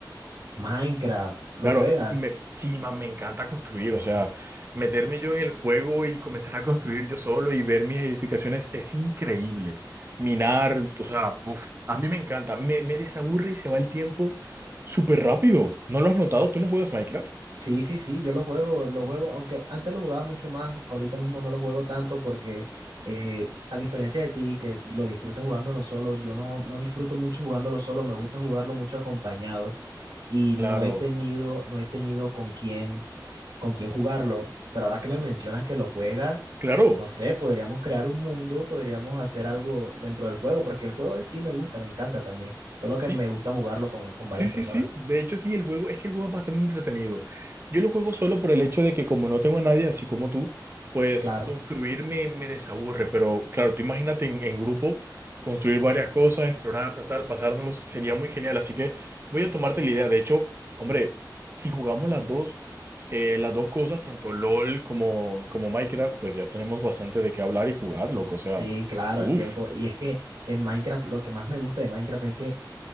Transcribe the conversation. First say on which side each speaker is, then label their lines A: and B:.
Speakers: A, on the right (about 75°); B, on the right (about 30°).
A: Minecraft, ¿lo
B: Claro,
A: juegas?
B: me, sí, man, me encanta construir, o sea, meterme yo en el juego y comenzar a construir yo solo y ver mis edificaciones es increíble. Minar, o sea, uf, a mí me encanta, me, me desaburre y se va el tiempo súper rápido. ¿No lo has notado? ¿Tú no juegas Minecraft?
A: Sí, sí, sí, yo lo juego, lo juego, aunque antes lo jugaba mucho más, ahorita mismo no lo juego tanto porque eh, a diferencia de ti, que lo disfrutas jugándolo solo, yo no, no disfruto mucho jugándolo solo, me gusta jugarlo mucho acompañado y
B: Claro,
A: no he tenido, no he tenido con quién, con quién jugarlo, pero ahora que me mencionas que lo juegas,
B: claro,
A: no sé, podríamos crear un mundo, podríamos hacer algo dentro del juego, porque el juego en sí me gusta, me encanta también, solo
B: sí.
A: que me gusta jugarlo con, con
B: Sí,
A: varias
B: sí,
A: personas,
B: sí. De hecho, sí, el juego, es que el juego es bastante entretenido. Yo lo juego solo por el hecho de que como no tengo a nadie, así como tú, pues
A: claro.
B: construir me, me desaburre. Pero claro, tú imagínate en, en grupo, construir varias cosas, explorar, tal, tal, pasárnoslos, sería muy genial. Así que voy a tomarte la idea. De hecho, hombre, si jugamos las dos, eh, las dos cosas, tanto LOL como, como Minecraft, pues ya tenemos bastante de qué hablar y jugar, loco. O sea,
A: Sí, claro,
B: uff.
A: el tiempo. Y es que en Minecraft lo que más me gusta de Minecraft es que